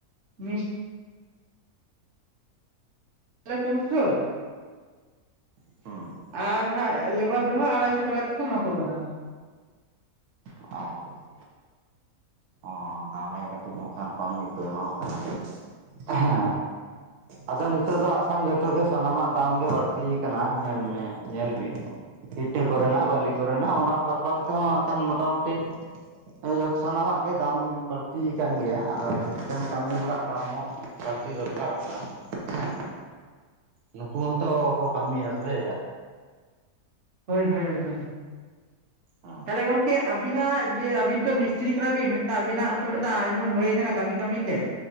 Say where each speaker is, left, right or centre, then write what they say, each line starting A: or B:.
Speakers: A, on the right (about 50°); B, on the right (about 80°).
A: ᱢᱤᱥ <unintelligible>
B: <inaudible>
A: ᱟᱨ ᱦᱟᱸᱜ ᱞᱮᱵᱟᱨ ᱫᱚ ᱦᱟᱸᱜ ᱟᱲᱟᱭ ᱥᱚ ᱴᱟᱠᱟ ᱠᱟᱛᱮᱜ ᱠᱚ ᱮᱢᱟ ᱠᱚ ᱠᱟᱱᱟ ᱾
B: <unintelligible> ᱚᱻ ᱛᱟᱦᱞᱮ ᱠᱟᱹᱴᱤᱡ ᱦᱟᱸᱜ ᱠᱷᱟᱱ ᱠᱚᱢ ᱜᱮᱠᱚ ᱮᱢᱟ ᱠᱚ ᱠᱟᱱᱟ ᱦᱮᱸ᱾ ᱟᱫᱚ ᱱᱤᱛᱚᱜ ᱫᱚ ᱟᱜ ᱠᱷᱟᱱ ᱡᱚᱛᱚ ᱜᱮ ᱥᱟᱱᱟᱢᱟᱜ ᱫᱟᱢ ᱜᱮ ᱵᱟᱹᱲᱛᱤᱣ ᱠᱟᱱᱟ ᱧᱮᱞ ᱢᱮ ᱧᱮᱞ ᱵᱤᱱ ᱾ ᱤᱴᱟᱹ ᱠᱚᱨᱮᱱᱟᱜ ᱵᱟᱞᱤ ᱠᱚᱨᱮᱱᱟᱜ ᱚᱱᱟ ᱯᱟᱨᱯᱟᱥ ᱛᱮᱦᱚᱸ ᱦᱟᱸᱜ ᱠᱷᱟᱱ ᱢᱚᱴᱟ-ᱢᱩᱴᱤ ᱦᱮᱸ ᱡᱷᱚᱛ ᱥᱟᱱᱟᱢᱟᱜᱼᱼ ᱜᱮ ᱫᱟᱢ ᱵᱟᱹᱲᱛᱤ ᱠᱟᱱ ᱜᱮᱭᱟ ᱟᱫᱚ ᱢᱮᱱ ᱠᱷᱟᱱ ᱠᱟᱹᱢᱤ ᱦᱚᱲᱟᱜ ᱫᱟᱢ ᱦᱚᱸ ᱵᱟᱹᱲᱛᱤ ᱫᱚᱨᱠᱟᱨᱚᱜ ᱠᱟᱱᱟ᱾ ᱦᱮᱸ ᱱᱩᱠᱩ ᱦᱚᱸᱛᱚ ᱠᱚ ᱠᱟᱹᱢᱤᱭᱟ ᱥᱮᱼᱼ
A: ᱦᱳᱭ ᱦᱳᱭ ᱮᱠᱫᱚᱢ
B: ᱦᱩᱸ
A: ᱛᱟᱞᱦᱮ ᱜᱚᱝᱠᱮ ᱟᱹᱵᱤᱱᱟᱜ ᱡᱮ ᱟᱹᱵᱤᱱ ᱛᱚ ᱢᱤᱥᱛᱨᱤ ᱠᱟᱱᱟ ᱵᱤᱱ ᱢᱤᱫᱴᱟᱝ ᱟᱵᱤᱱᱟᱜ ᱛᱚ ᱢᱤᱫᱴᱟᱝ ᱟᱭ ᱩᱢᱟᱱ ᱦᱳᱭ ᱠᱟᱱᱟ ᱠᱟᱹᱢᱤ ᱠᱟᱹᱢᱤ ᱛᱮᱼᱼ